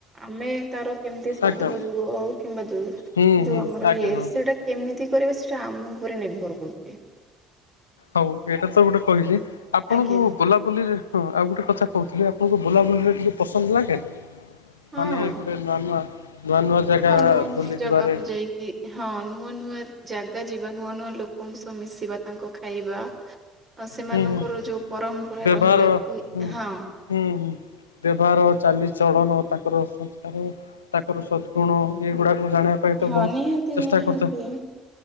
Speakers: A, on the right; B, on the left.
A: ଆମେ ତାର କେମିତି ସଦୁପଯୋଗ
B: ଆଜ୍ଞା
A: ଆଉ କିମ୍ବା ଯୋଉ
B: ହୁଁ ହୁଁ
A: ଆମର
B: ଆଜ୍ଞା
A: ଇଏ
B: ହଁ
A: ସେଇଟା କେମିତି କରିବେ ସେଇଟା ଆମ ଉପରେ ନିର୍ଭର କରୁଚି।
B: ହଉ ଏଇଟା ତ ଗୋଟେ କହିଲି ଆପଣଙ୍କୁ
A: ଆଜ୍ଞା
B: ବୁଲାବୁଲିରେ ହଁ ଆଉ ଗୋଟେ କଥା କହୁଥିଲି ଆପଣଙ୍କୁ ବୁଲାବୁଲିରେ ଟିକେ ପସନ୍ଦ ଲଗେ ନା?
A: ହଁ।
B: ମାନେ ଗୋଟେ ନୂଆ ନୂଆ ନୂଆ ନୂଆ ଜାଗା
A: ହଁ ନୂଆ ନୂଆ
B: ବୁଲିଯିବେ।
A: ଜାଗାକୁ ଯାଇକି ହଁ ନୂଆ ନୂଆ ଜାଗା ଯିବା ନୂଆ ନୂଆ ଲୋକଙ୍କ ସହ ମିଶିବା ତାଙ୍କ ଖାଇବା ସେମାନଙ୍କର
B: ହୁଁ ହୁଁ
A: ଯୋଉ ପରମ୍ପରା
B: ବ୍ୟବହାର
A: ରହିଲା କି
B: ହୁଁ
A: ହଁ
B: ହୁଁ ବ୍ୟବହାର ଚାଲି ଚଳନ। ତାଙ୍କର ସଂସ୍କାର ତାଙ୍କର ସଦ୍ ଗୁଣ ଏଗୁଡ଼ାକୁ ଜାଣି ପାଇଁ ତ
A: ହଁ
B: ବହୁତ
A: ନିହାତି
B: ଚେଷ୍ଟା
A: ନିହାତି।
B: କରୁଥାଉ